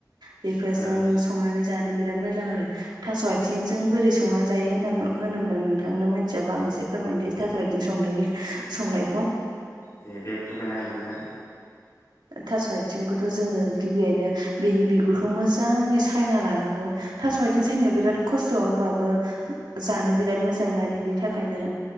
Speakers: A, on the right; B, on the left.
A: बेफोरजों
B: ओं
A: संनानै जानो बिराद मोजां आरोना थास' आथिंजों बोरै संना‌ जायो होनोब्ला नोंथां मोनथियाबा आं एसे फोरमायनोसै थास' आइथिं संनायनि संनायखौ
B: दे दे फोरमायना हो नोंथां
A: थास' आथिंखौथ' जोङो गिबियैनो बेनि बिगुरखौ मोजाङै सायना लानांगौ थास' आाइथिं सायनायाव बिराद खसथ' होमबाबो जानो बिराद मोजांना बिनि थाखायनो